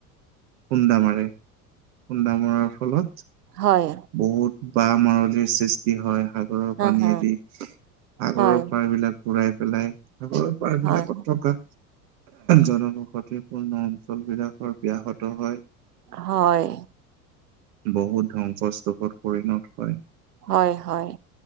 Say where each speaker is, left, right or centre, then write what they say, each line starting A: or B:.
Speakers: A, on the right; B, on the right.
A: খুন্দা মাৰে, খুন্দা মৰাৰ ফলত
B: হয়।
A: বহুত বাহ মাৰলিৰ সৃষ্টি হয়, সাগৰৰ
B: হা
A: পানীয়েদি
B: হা
A: সাগৰৰ
B: হয়
A: পাৰ বিলাক ঘূৰাই পেলাই আগৰ পাৰবিলাকত
B: হয়
A: থকা জনবসতিপূৰ্ণ অঞ্চলবিলাকৰ ব্যাহত হয়।
B: হয়।
A: বহুত ধ্বংসস্তোষত পৰিণত হয়।
B: হয় হয়।